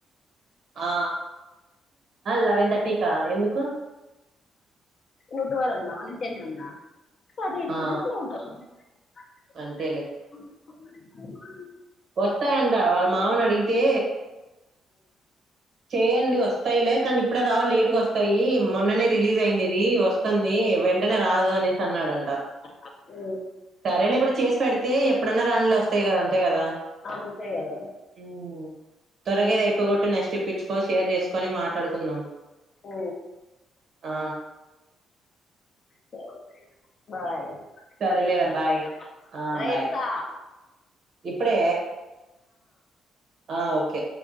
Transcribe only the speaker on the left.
ఊట్ ఎవరన్నా టెన్ అన్న అటు ఇటు
కొట్టిన నూట <unintelligible>
<inaudible>
<inaudible>
అంతే కదా
ఊ
సరే బాయ్
మల్ల చేస్తా
మల్ల
చేస్తా